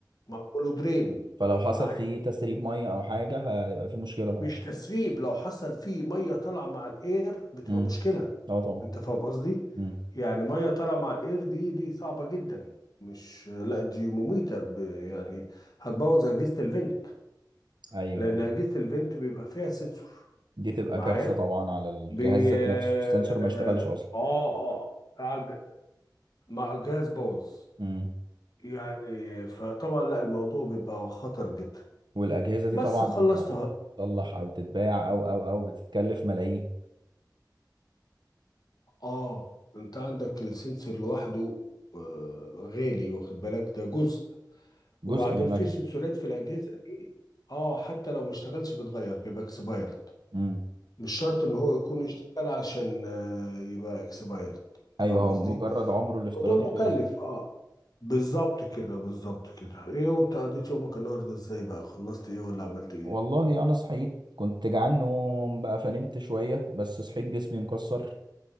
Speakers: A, on the left (about 60°); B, on the right (about 75°).
A: معموله درين
B: فلو حصل
A: مع
B: فيه تسريب ميه او حاجه هيبقى فيه مشكله طبعا
A: مش تسريب لو حصل فيه مية طالعة مع الاير بتبقى
B: امم
A: مشكلة
B: اه طبعا
A: انت فاهم قصدي
B: امم
A: يعني مية طالعة مع الاير دي دي صعبة جدا مش لا دي مميتة ب- يعني هتبوظ أجهزة الفنت
B: ايوه
A: لأن
B: ايوه
A: أجهزة الفنت بيبقى فيها سنسور
B: دي تبقى
A: معايا
B: كارثه طبعا على الجهاز
A: بي
B: ذات
A: اه
B: نفسه السنسور ما يشتغلش اصلا
A: اه آه، عج- مع جهاز بوظ
B: امم
A: يعني فطبعا لا الموضوع بيبقى خطر جدا
B: والاجهزه دي
A: بس
B: طبعا
A: خلصتها
B: لما عشان تصلح او تتباع او او او بتتكلف ملايين
A: اه انت عندك السنسور لوحده آه غالي واخد بالك ده جزء
B: جزء
A: وبعدين
B: من المكنه
A: في سنسورات في الاجهزه دي اه حتى لو ما اشتغلش بتغير بيبقى اكسبايرد
B: امم
A: مش شرط ان هو يكون اشتغل عشان آه يبقى اكسبايرد
B: ايوه
A: فاهم
B: هو
A: قصدي
B: مجرد عمره الافتراضي
A: موضوع مكلف
B: خلص
A: اه بالظبط كده بالظبط كده ايه وانت قضيت يومك النهارده ازاي بقى خلصت ايه ولا عملت ايه
B: والله انا صحيت كنت جعان نوم بقى فنمت شويه بس صحيت جسمي مكسر